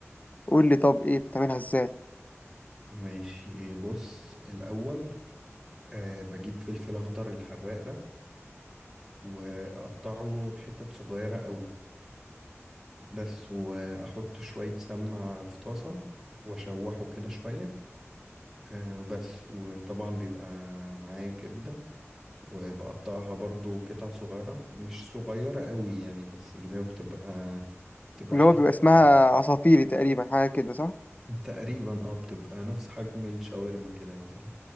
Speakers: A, on the left; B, in the centre.
A: قول لي طب ايه بتعملها ازاي
B: ماشي بص الأول آه بجيب فلفل أخضر الحراق ده وأقطعه حتت صغيرة قوي بس وأحط شوية سمنة في طاسة وأشوحه كده شوية آه بس وطبعا بيبقى معايا كبدة وبقطعها برضو قطع صغيرة مش صغيرة قوي يعني بس اللي هي بتبقى بتبقى
A: اللي
B: حجم
A: هو بيبقى اسمها عصافيري تقريبا حاجه كده صح
B: تقريبا اه بتبقى نفس حجم الشاورما كده مثلا